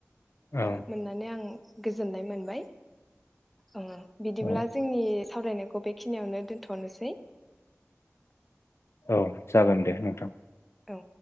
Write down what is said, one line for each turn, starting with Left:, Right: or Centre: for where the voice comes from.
Left: औ
Centre: ओ मोननानै आ आं गोजोननाय मोनबाय ओं बिदिब्ला
Left: औ
Centre: जोंनि सावरायनायखौ बेखिनियावनो दोनथनोसै।
Left: औ जागोन दे नोंथां।
Centre: औ